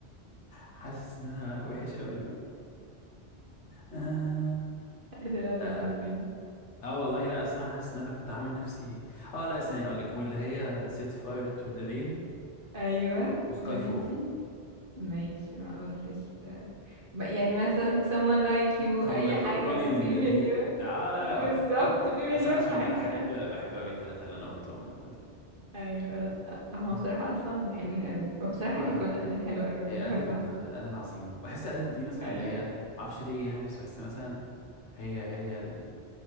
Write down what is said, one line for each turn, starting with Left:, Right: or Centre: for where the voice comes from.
Left: حاسس ان انا وحش قوي آه
Right: <laughs> ادي لا تزعل
Left: لا لا
Right: مني
Left: اه والله لا اصل انا حاسس ان انا كنت عامل نفسي اه لا ثانية اقول لك واللي هي سيت فاير تو ذا رين
Right: ايوه
Left: وسكاي
Right: ماشي
Left: فول
Right: ماشي ما قلتش ما- يعني مثلا someone like you
Left: someone
Right: اي
Left: like
Right: حاجة
Left: rolling
Right: ده
Left: in
Right: في
Left: the
Right: مليون
Left: deep وبتاع اه لا
Right: بالظبط
Left: لا وفي كتير
Right: في مليون
Left: بس انا عشان
Right: حاجة
Left: بحب بحب قوي الثلاثة اللي انا قلتهم عامة
Right: <laughs> ايوه لا، هما
Left: مم.
Right: بصراحة اصلا حلوين قوي وبصراحة
Left: و-
Right: هي كل اغانيها حلوة قوي انا
Left: هي
Right: بحبها
Left: أدل أدل عظيمة بحس أدل دي مثلا
Right: ايوه
Left: اللي هي معرفش ليه يعني بس بحسها مثلا هي هي ال-